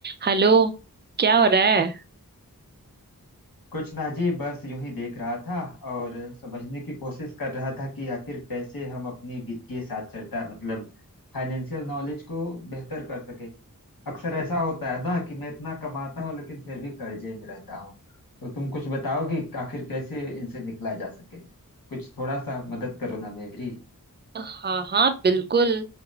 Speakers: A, on the right (about 30°); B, on the left (about 70°).
A: Hello क्या हो रहा है
B: कुछ ना जी बस यूं ही देख रहा था और समझने की कोशिश कर रहा था कि आखिर कैसे हम अपनी वित्तीय साक्षरता मतलब फाइनेंशियल नॉलेज को बेहतर कर सके अक्सर ऐसा होता है ना कि मैं इतना कमाता हूँ लेकिन फिर भी कर्जे में रहता हूँ तो तुम कुछ बताओ कि आखिर कैसे इनसे निकला जा सके कुछ थोड़ा सा मदद करो ना मेरी
A: हाँ हाँ बिल्कुल